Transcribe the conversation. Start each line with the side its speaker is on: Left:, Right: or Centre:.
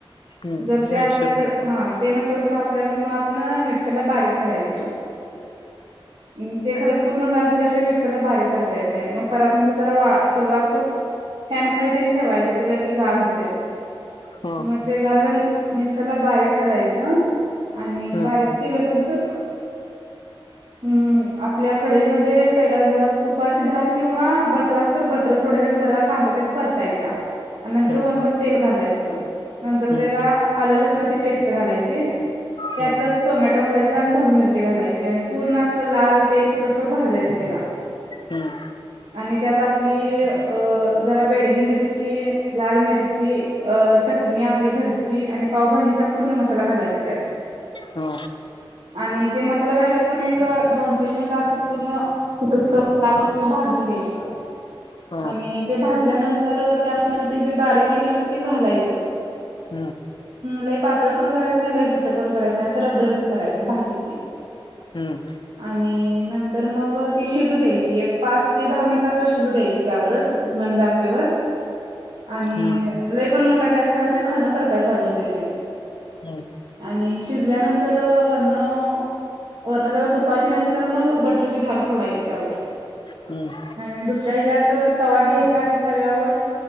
Left: हम्म
Right: जर
Left: स्मॅशर
Right: ते आपल्याकड
Left: हम्म
Right: हा ते नसेल तर आपल्याकड मग आपण मी सरला बारीक करायच अन ते खरं पूर्ण गार झाल्याशिवाय मिक्सरला बारीक करता येत नाही मग परत मध्ये जरा वा सगळं असं फॅन खाली ते ठेवायचं ते लगे गार होते
Left: हा
Right: मग ते गार मिक्सर ला बारीक करायचं आणि
Left: हम्म
Right: बारीक केल्या नंतर हम्म आपल्या कडीमध्ये पहिला जरा तुपाची धार किंवा बटर असल बटर सोडायचा आणि जरा कांदा त्यात परतायचा आणि नंतर
Left: हम्म
Right: वरन तेल घालायचं नंतर
Left: हम्म
Right: त्याला आलं लसणाची पेस्ट घालायची त्यातच
Left: हम्म
Right: टोमॅटो घालायचा आणि ढबू मिरची घालायची आणि पूर्ण अस लाल तेल सुटोस्तार भाजायचं त्याला
Left: हम्म
Right: आणि त्यात आपली अ जरा बेडगी मिरची लाल मिरची अ चटणी आपली घर ची आणि पावभाजीचा पूर्ण मसाला घालायचा त्यात
Left: हा
Right: आणि ते मसाला घातल्यावर पण एक दोन तीन मिनटं असत पूर्ण लाल होईतोवर भाजून घ्यायचं
Left: हा
Right: आणि ते भाजल्यानंतर त्यामध्ये ते जे बारीक केलेलं असत ते घालायचं
Left: हम्म
Right: लय पातळ पण करायचं नाही लय घट्ट पण करायचं नाही असं रबरबीत करायचं भाजीती
Left: हम्म
Right: आणि नंतर मग ती शिजू द्यायची एक पाच ते दहा मिनिट असं शिजू द्यायची त्यावरच मंदाचेवर आणि
Left: हम्म
Right: लय पण मोठा गॅस ठेवायच नाही खाल करपाय चालू होत ते
Left: हम्म
Right: आणि शिजल्यानंतर वरणं वरणं जरा तुपायचे नाही तर मग बटरची धार सोडायची त्यावर
Left: त्यात
Right: आणि दुसऱ्या ह्याच्यात तवा घ्यायचा आणि तव्यावर